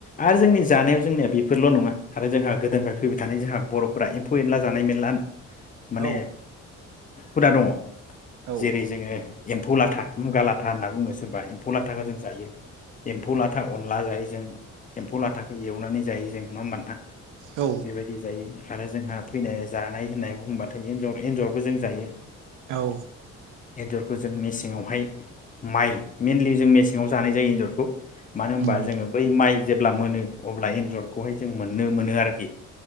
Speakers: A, on the left; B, on the right.
A: आरो जोंनि जानायाव जोंनिया बेफोरल' नङा आरो जोंहा गोदोनिफ्राय फैबाय थानाय जोंहा बर'फोरा एम्फौ एनला जानाय मेरला माने
B: औ
A: हुदा दङ।
B: औ
A: जेरै जोङो एम्फौ लाथा मुगा लाथा होनना बुंङो सो रबा एम्फौ ला थाखाखौ जों जायो। एम्फौ लाथा अनला जायो जों एम्फौ लाथाखौ एवनानै जायो जों नङा होमबा नोंथां।
B: औ
A: बेबायदि जायो। आरो जोंहा फैनो जानाय होननाय बुंबा थाय एर एन्जरबो जों जायो।
B: औ
A: एनजरखौ जों मेसेंवाहाय माइ मेइनलि जों मेसेंवा जानाय जायो एजर खौ मानो होनबा
B: उम
A: जोङो बै माइ जेब्ला मोनो अब्ला एन्जरखौहाय जों मोननो मोनो आरोखि।